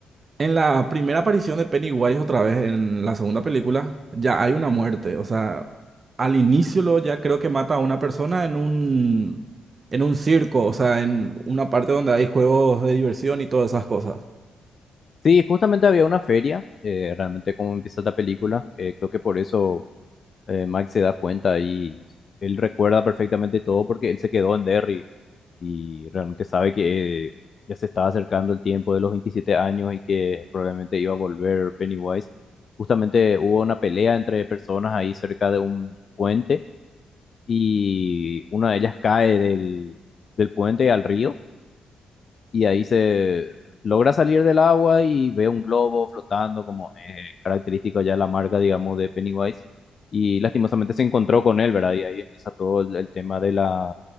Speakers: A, on the right; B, on the left.
A: en la primera aparición de Pennywise, otra vez en la segunda película, ya hay una muerte, o sea, al inicio lo ya creo que mata a una persona en un, en un circo, o sea, en una parte donde hay juegos de diversión y todas esas cosas.
B: Sí, justamente había una feria, eh, realmente como empieza la película, eh, creo que por eso eh, Mike se da cuenta y él recuerda perfectamente todo porque él se quedó en Derry y realmente sabe que eh, ya se estaba acercando el tiempo de los 27 años y que probablemente iba a volver Pennywise. Justamente hubo una pelea entre personas ahí cerca de un puente y una de ellas cae del, del puente al río y ahí se logra salir del agua y ve un globo flotando como es característico ya la marca, digamos, de Pennywise. Y lastimosamente se encontró con él, ¿verdad? Y ahí empieza todo el, el tema de la,